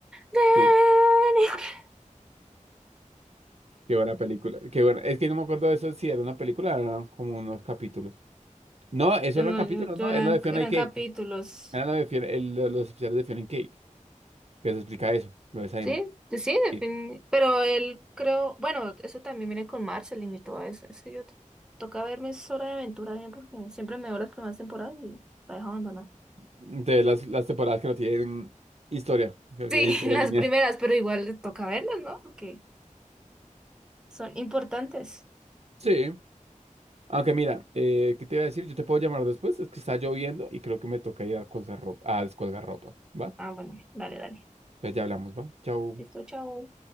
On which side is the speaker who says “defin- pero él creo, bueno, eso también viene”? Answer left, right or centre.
Centre